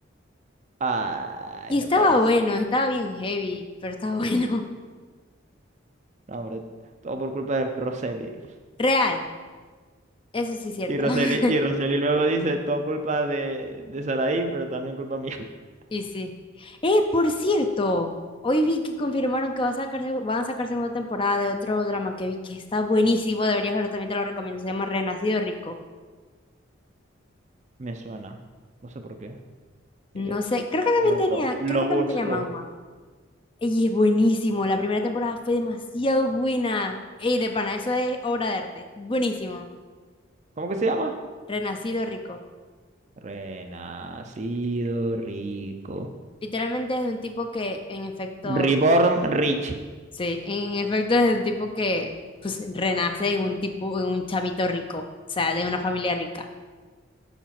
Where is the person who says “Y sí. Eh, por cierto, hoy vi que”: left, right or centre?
Left